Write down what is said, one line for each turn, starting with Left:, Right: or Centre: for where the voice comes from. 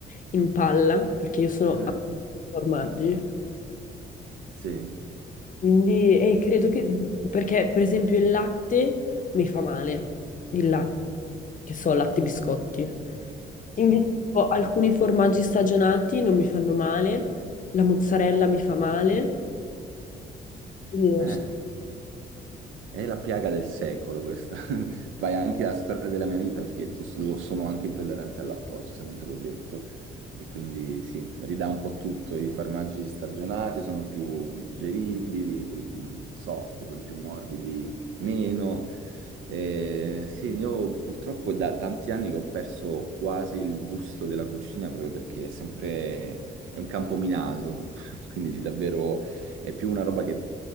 Left: in palla, perché io sono
Right: Mm.
Left: a formaggi.
Right: Sì,
Left: Quindi eh, credo che, perché per esempio il latte mi fa male, il latte,
Right: mm,
Left: che so, latte e biscotti. Invece
Right: sì.
Left: tipo, alcuni formaggi stagionati non mi fanno male, la mozzarella mi fa male. Quindi, non
Right: Eh,
Left: so,
Right: È la piaga del secolo questa. <laughs> Vai anche alla storia della mia vita perché lo, lo sono anche intollerante al lattosio, se non te l'ho detto. E quindi sì, ridà un po' tutto. I formaggi stagionati sono più digeribili, quelli più mm, soft, quelli più morbidi meno. Eh, sì, io purtroppo è da tanti anni che ho perso quasi il gusto della cucina proprio perché è sempre è un campo minato, <laughs> quindi davvero è più una roba che